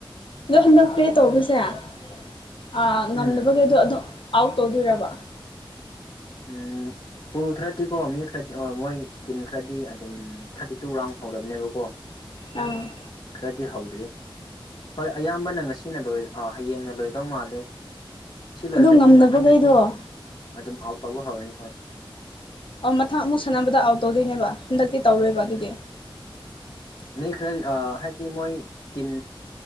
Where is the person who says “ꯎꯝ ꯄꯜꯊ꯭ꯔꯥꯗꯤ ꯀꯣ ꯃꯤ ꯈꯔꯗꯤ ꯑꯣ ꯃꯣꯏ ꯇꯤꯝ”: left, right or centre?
Left